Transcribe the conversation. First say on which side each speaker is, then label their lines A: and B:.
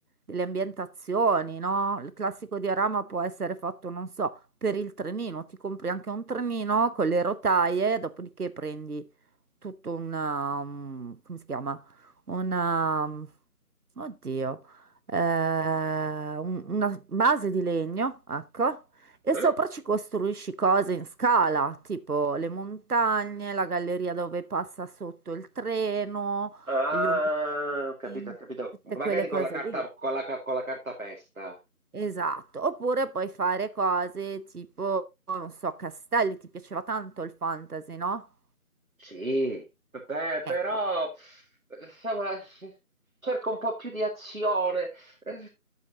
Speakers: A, on the right (about 85°); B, on the right (about 65°).
A: delle ambientazioni, no? Il classico diorama può essere fatto, non so, per il trenino. Ti compri anche un trenino con le rotaie, dopodiché prendi tutto una, um, come si chiama? Una, um, oddio, eh, un- una base di legno, ecco, e
B: eh.
A: sopra ci costruisci cose in scala, tipo le montagne, la galleria dove passa sotto il treno,
B: Ah,
A: gli omini,
B: ho capito, ho capito.
A: tutte
B: Magari
A: quelle cose
B: con la carta,
A: lì.
B: con la, ca- con la carta pesta.
A: Esatto, oppure puoi fare cose tipo, non so, castelli, ti piaceva tanto il fantasy, no?
B: Sì, beh,
A: Ecco.
B: però, insomma, cerco un po' più di azione, eh,